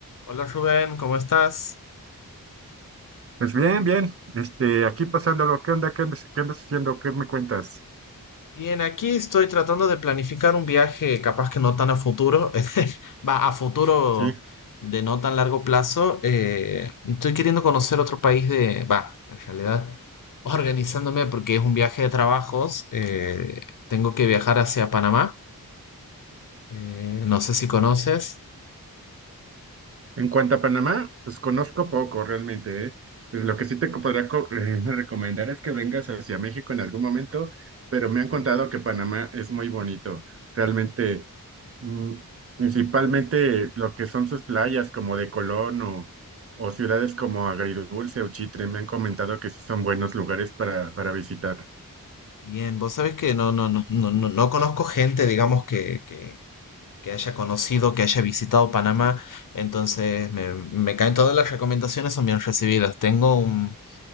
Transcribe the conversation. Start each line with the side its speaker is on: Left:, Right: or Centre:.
Left: Hola Rubén, ¿cómo estás?
Right: Pues bien, bien, este, aquí pasándolo, ¿qué onda? ¿Qué andas, qué andas haciendo? ¿Qué me cuentas?
Left: Bien, aquí estoy tratando de planificar un viaje, capaz que no tan a futuro, <laughs> va a futuro
Right: Sí,
Left: de no tan largo plazo. eh, estoy queriendo conocer otro país de, va, en realidad, organizándome porque es un viaje de trabajos. eh, tengo que viajar hacia Panamá. eh, no sé si conoces.
Right: en cuanto a Panamá, pues conozco poco realmente, ¿eh? Pues lo que sí te co- podría co- eh, <laughs> recomendar es que vengas hacia México en algún momento, pero me han contado que Panamá es muy bonito, realmente, mm, principalmente lo que son sus playas como de Colón o, o ciudades como Agridulce o Chitre, me han comentado que sí son buenos lugares para, para visitar.
Left: Bien, vos sabés que no, no, no, no, no no conozco gente, digamos, que, que, que haya conocido, que haya visitado Panamá. Entonces, me, me caen todas las recomendaciones, son bien recibidas. Tengo un,